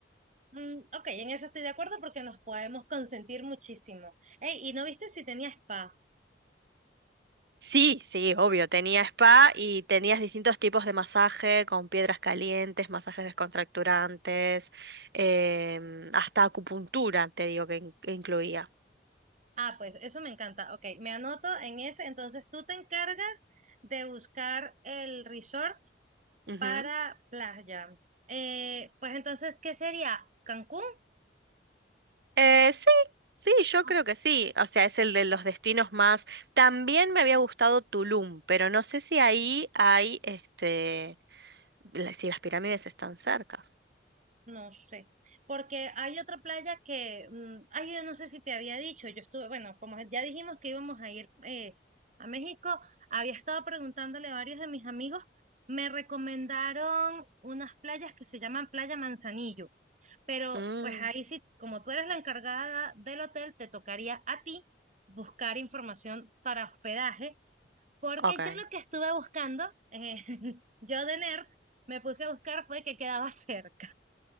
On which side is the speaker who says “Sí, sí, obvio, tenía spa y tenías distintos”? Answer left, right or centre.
Right